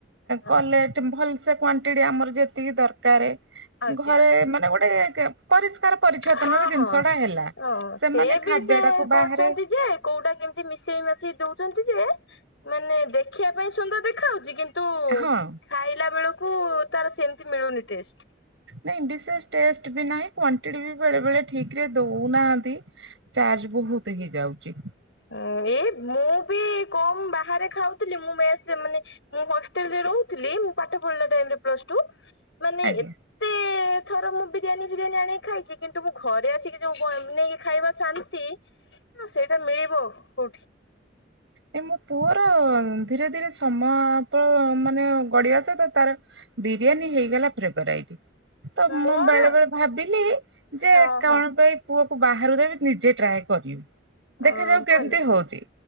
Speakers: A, on the left; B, on the right.
A: ହଁ
B: କଲେ ଭଲ ସେ କ୍ୱାଣ୍ଟିଟି ଆମର ଯେତିକି ଦରକାର
A: ଆଜ୍ଞା
B: ଘରେ ମାନେ ଗୋଟେ ପରିଷ୍କାର ପରିଚ୍ଛେଦନ
A: ହଁ
B: ର ଜିନିଷ
A: ହଁ।
B: ଟା ହେଲା
A: ଓହୋ
B: ସେମାନେ
A: ସେ ବି
B: ଖାଦ୍ୟ
A: ସେ
B: ଟାକୁ ବାହାରେ
A: କରୁଛନ୍ତି ଯେ କୋଉଟା କେମିତି ମିଶେଇ ମାସେଇ ଦଉଚନ୍ତି ଯେ ମାନେ ଦେଖିବା ପାଇଁ ସୁନ୍ଦର ଦେଖାଯାଉଛି କିନ୍ତୁ
B: ହଁ।
A: ଖାଇଲା ବେଳକୁ ତାର ସେମିତି ମିଳୁନି ଟେଷ୍ଟ।
B: ନାଇଁ ବିଶେଷ ଟେଷ୍ଟ ବି ନାହିଁ କ୍ୱାଣ୍ଟିଟି ବି ବେଳେ ବେଳେ ଠିକ୍ ରେ ଦଉନାହାନ୍ତି। ଚାର୍ଜ ବହୁତ ହେଇଯାଉଛି।
A: ଆଁ ଏଇ ମୁଁ ବି କମ ବାହାରେ ଖାଉଥିଲି ମୁଁ ମେସ ମାନେ ମୁଁ ହଷ୍ଟେଲରେ ରହୁଥିଲି ମୁ ପାଠ ପଢିଲା ଟାଇମ୍ ରେ ପ୍ଲସ ଟୁ ମାନେ
B: ଆଜ୍ଞା।
A: ଏତେ ଥର ମୁଁ ବିରିୟାନୀ ଫିରିୟାନୀ ଆଣିକି ଖାଇଛି କିନ୍ତୁ ମୁଁ ଘରେ ଆସିକି ଯୋଉ ବ ବେନେଇକି ଖାଇବା ଶାନ୍ତି ଆ ସେଇଟା ମିଳିବ କୋଉଠି।
B: ଏ ମୋ ପୁଅର ଧୀରେ ଧୀରେ ସମୟ ମାନେ ଗଢିବା ସହିତ ତାର ବିରିୟାନୀ ହେଇଗଲା ଫେଭେରାଇଟି ତ ମୁଁ
A: ମୋର
B: ବେଳେ ବେଳେ ଭାବିଲି ଯେ
A: ହଁ
B: କଣ
A: ହଁ
B: ପାଇଁ ପୁଅ କୁ ବାହାରୁ ଦେବି ନିଜେ ଟ୍ରାଏ କରିବି
A: ଅ
B: ଦେଖାଯାଉ
A: ଭଲ।
B: କେମିତି ହଉଚି।